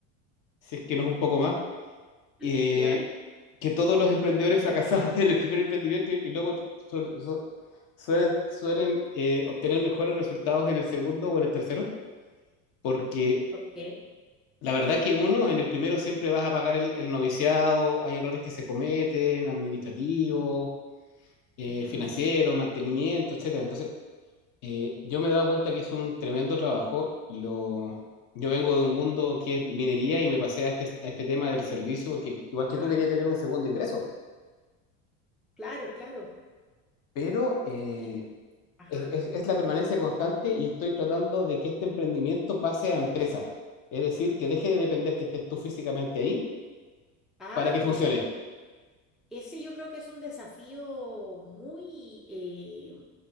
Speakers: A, on the left; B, in the centre.
A: si es que no es un poco más.
B: <laughs>
A: eh,
B: ya,
A: que todos los emprendedores fracasamos <laughs> en el primer emprendimiento y, y luego su- su- suelen, suelen eh, obtener mejores resultados en el segundo o en el tercero, porque
B: ok.
A: la verdad que uno, en el primero siempre vas a pagar el, el noviciado, hay errores que se cometen, administrativos,
B: mm,
A: eh,
B: mm,
A: financieros, mantenimiento, etcétera. Entonces, eh, yo me he dado cuenta que es un tremendo trabajo. Lo, yo vengo de un mundo que es minería y me pasé a este, a este tema del servicio porque igual que
B: Ah,
A: tú quería tener un segundo ingreso.
B: claro, claro.
A: pero eh,
B: Y, ajá.
A: es, es- es la permanencia constante y estoy tratando de que este emprendimiento pase a empresa. Es decir, que deje de depender que estés tú físicamente ahí
B: Ah,
A: para que
B: mira,
A: funcione.
B: qué bien. Ese yo creo que es un desafío muy, eh,